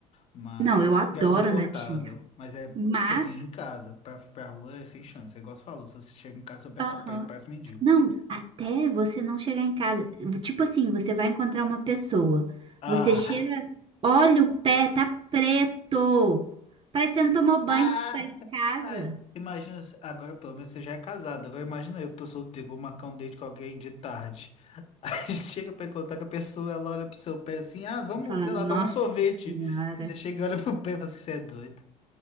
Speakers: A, on the left; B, on the right.
A: Mas,
B: Não, eu adoro
A: porque é confortável.
B: andar de chinelo.
A: Mas é,
B: Mas,
A: tipo assim, em casa. Pra, pra rua é sem chance. É igual você falou, se você chega em casa, seu pé
B: aham.
A: tá preto, parece mendigo.
B: Não, até você não chegar em casa. Tipo assim, você vai encontrar uma pessoa.
A: Ah!
B: Você chega,
A: <laughs>
B: olha o pé, tá preto. Parece que você não tomou banho
A: Ah!
B: antes de sair de casa.
A: Ai. Imagina, se- agora pelo menos você já é casado. Agora imagina eu que tô solteiro, vou marcar um date com alguém de tarde. <laughs> Aí chega pra encontrar com a pessoa, ela olha pro seu pé assim, ah, vamos,
B: Fala,
A: sei
B: nossa
A: lá, tomar um sorvete.
B: senhora,
A: Aí você chega e olha pro pé e fala assim, você é doido.